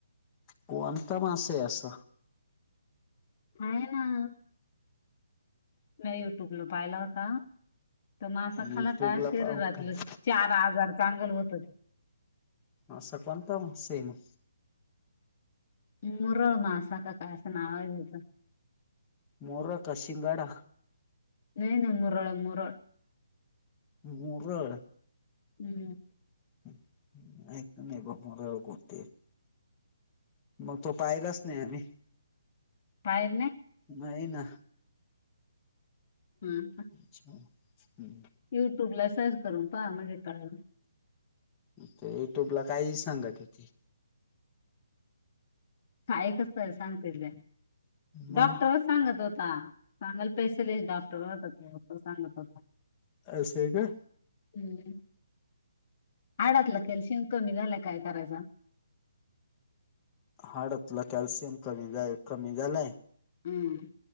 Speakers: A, on the left (about 15°); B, on the left (about 40°).
A: कोणता मास आहे असं.?
B: आहे ना मी युट्यूबला पाहिला होता तर मग
A: ना
B: असा खाला
A: युट्यूबला
B: का शरीरातलं.
A: पाहून काय
B: चार हजार चांगल होतच.
A: असा कोणता मासाये मग?.
B: मुरळ मासा का काय असं नाव आहे त्याचं.
A: मोरक का शिंगडा.?
B: नाही नाही मुरोळं मुरोळं.
A: गुरळ.
B: हू!
A: <unintelligible> म तो पाहिलाच नही आम्ही
B: पायल नाही
A: नही ना.
B: हं
A: अच्छा हूं.
B: युट्यूब ला सर्च करून पहा म्हणजे कळल.
A: ते युट्यूबला काही सांगत्या ते.
B: काय कस सांगतील त्या
A: मग
B: डॉक्टर च सांगत होत हा कानल स्पेशलिस्ट डॉक्टर होता, तो सांगत होता.
A: अस आहे का?
B: हं हाडातल कॅल्शियम कमी झाल काय करायचा?
A: हाडातलं कॅल्शियम कमी झाय, कमी झालाय.
B: हू!